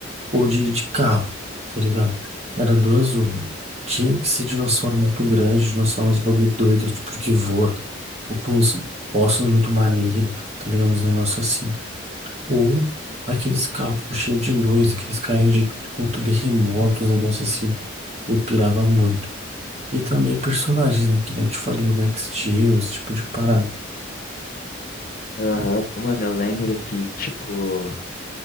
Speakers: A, on the right; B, on the left.
A: ou de, de carro, tá ligado? Era duas uma. Tinha que ser dinossauro muito grande, dinossauro uns bagulho doido, tipo que voa, ou com os ossos muito maneiro, tá ligado? Uns negócios assim. Ou aqueles carros tipo, cheios de luz, aqueles carrinhos de controle remoto, uns negócios assim. Eu pirava muito. E também personagens, né? Que nem eu te falei, o Max Steel, esse tipo de parada.
B: Aham. Mano, eu lembro que, tipo,